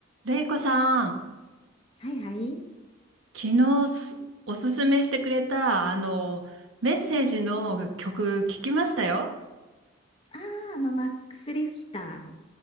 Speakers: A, on the right; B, on the left.
A: れいこさん、
B: はいはい。
A: 昨日すおすすめしてくれた、あの、メッセージの曲聞きましたよ。
B: ああ、あの、マックス・リヒターの